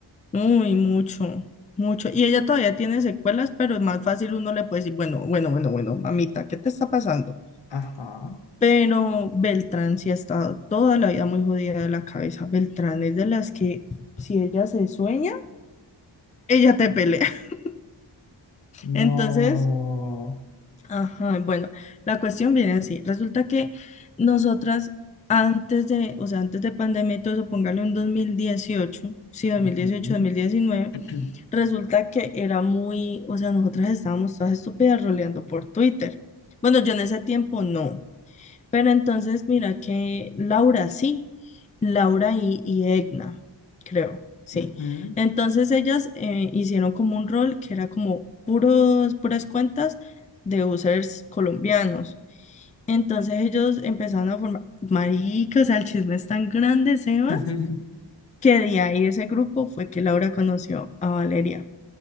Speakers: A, on the left (about 15°); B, on the left (about 70°).
A: Uy, mucho, mucho. Y ella todavía tiene secuelas, pero es más fácil uno le puede decir, bueno, bueno, bueno, bueno, mamita, ¿qué te está pasando?
B: Ajá,
A: Pero Beltrán sí ha estado toda la vida muy jodida de la cabeza. Beltrán es de las que si ella se sueña, ella te pelea. <laughs>
B: no.
A: Entonces, ajá, bueno, la cuestión viene así. Resulta que nosotras antes de, o sea, antes de pandemia y todo eso, póngale un 2018, sí, 2018,
B: Ujú.
A: 2019,
B: <clears throat>
A: resulta que era muy, o sea, nosotras estábamos todas estúpidas roleando por Twitter. Bueno, yo en ese tiempo no. Pero entonces mira que Laura sí, Laura y, y Egna, creo, sí.
B: Ujú.
A: Entonces ellas eh, hicieron como un rol que era como puros, puras cuentas de users colombianos. Entonces ellos empezaron a formar, marica, o sea, el chisme es tan grande, Sebas,
B: <laughs>
A: que de ahí ese grupo fue que Laura conoció a Valeria,